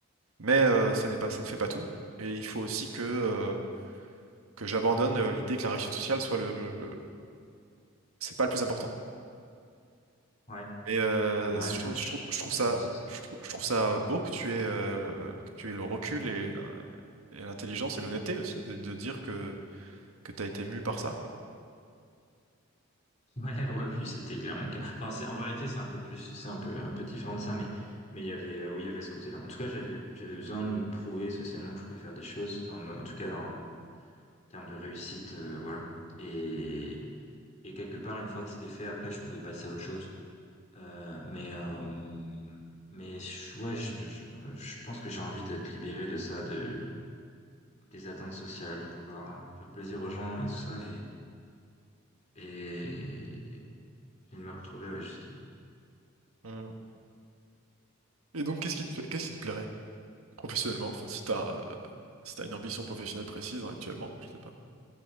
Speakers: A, on the right; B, on the left.
A: mais euh, ça n'est pas, ça ne fait pas tout. Et il faut aussi que, euh, que j'abandonne euh, l'idée que la réussite sociale soit le, le- c'est pas le plus important.
B: ouais,
A: Mais euh,
B: ouais,
A: je
B: moi,
A: trouve,
B: je
A: je trouve, je trouve
B: je te
A: ça,
B: rejoins sur ça.
A: je
B: <laughs>
A: trouve, je trouve ça beau que tu aies, euh, que tu aies le recul et, l'in- et l'intelligence et l'honnêteté aussi de, de dire que, que tu as été mu par ça, quoi.
B: Ouais, ouais, puis c'était clairement le cas. Enfin, c'est, en vérité, c'est un peu plus, c'est un peu, un peu différent de ça, mais, mais il y avait, euh, oui, il y avait ce côté-là. En tout cas, j'avais, j'avais besoin de me prouver socialement que je pouvais faire des choses, enfin, en en tout cas, en termes de réussite, euh, voilà. Et, et quelque part, une fois que c'était fait, après, je pouvais passer à autre chose. Euh, mais, euh, mais, je- ouais, je, je, je pense que j'ai envie d'être libéré de ça, de, des attentes sociales, de vouloir faire plaisir aux gens et tout ça, Et il me retrouvait, ouais, justement.
A: Mm. Et donc, qu'est-ce qui te, qu'est-ce qui te plairait professionnellement? Enfin, si tu as, si t'as une ambition professionnelle précise hein, actuellement, je sais pas.